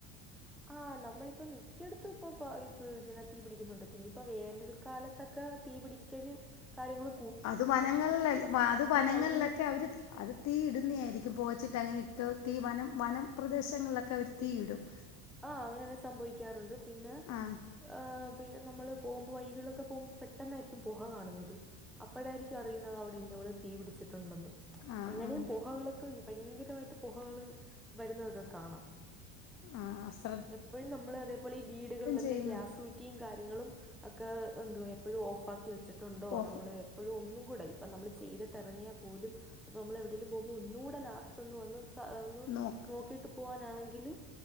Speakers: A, in the centre; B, on the left (about 50°).
A: ആഹ് നമ്മളിപ്പം മിക്ക്യേയേടുത്തും ഇപ്പൊ ഇത് ഇങ്ങനെ തീ പിടിക്ക്ന്നോണ്ട് പിന്നി ഇപ്പേ വേനൽക്കാല തക്കെ തീ പിടിക്കല് കാര്യങ്ങള്
B: അത് വനങ്ങളിലെക്കേ അത് വനങ്ങളിലൊക്കെ
A: വഴിയില്
B: അവര് അത് തീയിടുന്നെ ആയിരിക്കും പൊകച്ചിട്ട് അങ്ങനെ ഇട്ട് തീ വനം വനംപ്രദേശങ്ങളിലൊക്കെ അവര് തീയിടും
A: ആഹ് അങ്ങനെ സംഭവിക്കാറ് ഒണ്ട് പിന്നെ
B: ആ
A: ആഹ് പിന്നെ നമ്മള് പോകുമ്പോ വഴിലൊടെക്കെ പോമ്പോ പെട്ടെന്നായിരിക്കും പുഹ കാണാന്നത് അപ്പോഴാരിക്കും അറിയ്ന്നാത് അവടെ ഇന്നാ പോലെ തീ പിടിച്ചിട്ട് ഒണ്ടാന്ന്
B: ആ
A: അങ്ങനെയും
B: ആ
A: പോഹകളൊക്കെ ബയങ്കരമായിട്ട് പോഹകള് വെര്ന്നാത് കാണാം
B: ആഹ് ആഹ് സ്
A: എപ്പോഴും നമ്മള് അതേപോലെ ഈ വീടുകളിലൊക്കെ
B: ചെയ്യുന്നു
A: ഗ്യാസുറ്റ് റ്റിയും കാര്യങ്ങളും ഒക്കെ എന്തുവ്യാ എപ്പോഴും ഓഫ് ആക്കി വെച്ചിട്ടുണ്ടോ
B: ഓഫ്
A: നമ്മളെ എപ്പോഴും ഒന്നും കൂടെ ഇപ്പം നമ്മള് ചെയ്തിട്ട് എറങ്ങയാ പോലും ഇപ്പം നമ്മള് എവിടെലും പോമ്പോ ഒന്നുടെ ലാസ്റ്റ് ഒന്ന് വന്ന് സാ ഒന്ന്
B: നോക്ക്
A: നോക്കിട്ട് പോവാനാണെങ്കില്